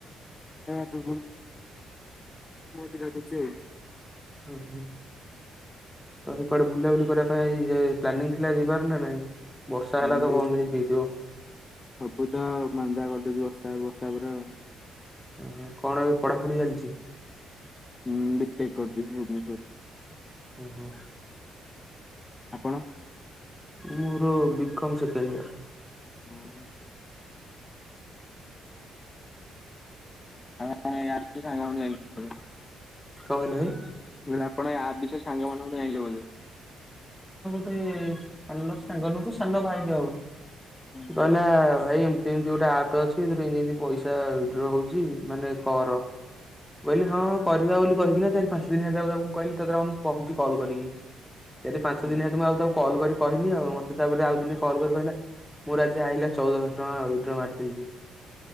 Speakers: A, on the left (about 25°); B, in the centre.
A: ମୁଁ ବି ଡାକୁଚି ଆଉ।
B: ହୁଁ ହୁଁ। ତଇ କୁଆଡେ ବୁଲାବୁଲି କରିବା ପାଇଁ ପ୍ଲାନିଂ ଥିଲା ଯିବାର ନା ନାଇଁ? ବର୍ଷା
A: ହଁ
B: ହେଲା ତ ବନ୍ଦ
A: ଏଇ
B: ହେଇକି ଯାଇଥିବ
A: ସବୁ ତ ଆଉ ମାନ୍ଦା କରିଦେଉଛି ବର୍ଷା ବର୍ଷା ପୁରା ଆଉ। ହଁ
B: ଓହୋ କଣ ଏବେ ପଢାପଢି ଚାଲିଛି?
A: ହୁଁ ବିଟକ୍ କରୁଚି ଭୁବନେଶ୍ୱର୍ ରେ।
B: ଓହୋ।
A: ଆପଣ?
B: ମୋର ବିକମ୍ ସେକେଣ୍ଡ ଇଅର୍।
A: ହଉ। <unintelligible>
B: କଣ୍ କହିଲେ ଭାଇ?
A: ମୁଁ କହିଲି ଆପଣ ଏ ଆପ୍ ବିଷୟରେ ସାଙ୍ଗ ମାନଙ୍କଠୁ ଜାଇଁଲେ ବୋଧେ।
B: ଗ ସାଙ୍ଗ ସାଙ୍ଗ ନୁହୁଁ ତ ସାଙ୍ଗ ଭାଇ ଟେ ହବ
A: ହୁଁ
B: ସେ କହିଲା ଭାଇ ଏମତି ଯେମିତି ଗୋଟେ ଆପ୍ ଅଛି ଏଥିରେ ଇନ୍ତି ଇନ୍ତି ପଇସା ୱିଡ୍ର ହଉଚି ମାନେ କର। କହିଲି ହଁ କରିବା ବୋଲି କହିକିନା ଚାରି ପାଞ୍ଚ ଦିନ ହେଲା ତା ମୁଁ କହିଲି ତାତେ ରହ ମୁଁ କହୁଛି କଲ୍ କରିକି। ଚ ପାଞ୍ଚ
A: ହୁଁ।
B: ଦିନ ହେତୁ ମୁଁ ଆଉ ତାକୁ କଲ୍ କରି କହିନି ଆଉ ମତେ ତାପରେ ଆଉ ଦିନେ କଲ୍ କରି କହିଲା ମୋର ଆଜି ଆଇଲା ଚଉଦ ହଜାର ଟଙ୍କା ଉଇଡ୍ର ମାରିଥିଲ ଯେ।